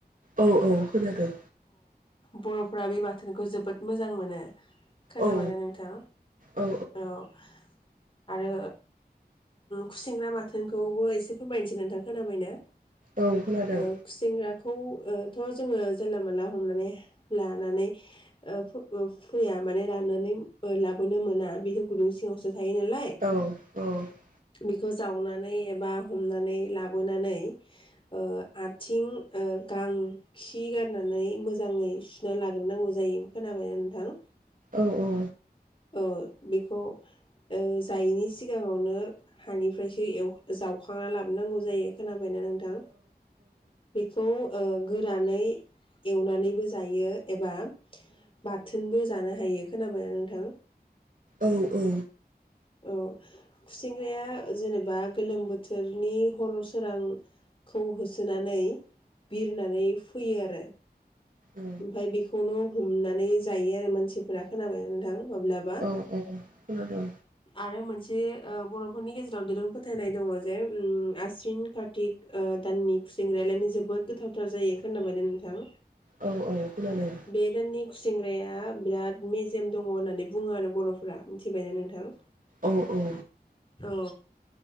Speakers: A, on the right; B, on the left.
A: औ औ खोनादों।
B: बर'फ फोरा बे बाथोनखौ जोबोद मोजां मोनो। खोनाबायना
A: औ
B: नोंथां?
A: औ
B: अह। आरो खुसेंग्रा बाथोनखौबो एसे फोरमायनोसै नोंथां, खोनाबायना?
A: औ खोनादों
B: ओ खुसेंग्राखौ ओ थ' जोंङो जानला मोनला हमनानै लानानै ओ फो-फैया माने लानानै लाबोनो मोना, बेथ' गुदुं सिङावसो थायो नालाय
A: औ औ। औ
B: बेखौ जावनानै एबा हमनानै लाबोनानै ओ आथिं, ओ गां, खि गारनानै मोजाङै सु ना लाग्रोनांगौ जायो। खोनाबायना नोंथां?
A: औ औ।
B: ओ बेखौ ओ जायैनि सिगाङावनो हानिफ्रायसो एव जावखांना लाबोनांगौ जायो। खोनाबायना नों थां बेखौ ओ गोरानै एवनानैबो जायो एबा बाथोनबो जानो हायो। खोनाबायना नोंथां?
A: औ औ।
B: औ खुसेंग्राया जेनेबा गोलोम बोथोरनि हर सोरांखौ होसोनानै बिरनानै फैयो आरो।
A: औ
B: ओमफ्राय बेखौनो हमनानै जायो आरो मानसिफोरा, खोनाबायना नोंथां? माब्लाबा।
A: औ औ खोनादों
B: आरो मोनसे जे बर'फोरनि गेजेराव दोरों फोथायनाय दङ जे आसिन कातिक दाननि खुसेंग्रायालायनो जोबोद गोथावथार जायो, खोनाबायना नोंथां?
A: औ औ खोनादों।
B: बे दाननि खुसेंग्राया बिराद मेजेम दङ होननानै बुङो आरो बर'फोरा, मिथिबायना नोंथां?
A: औ औ।
B: औ,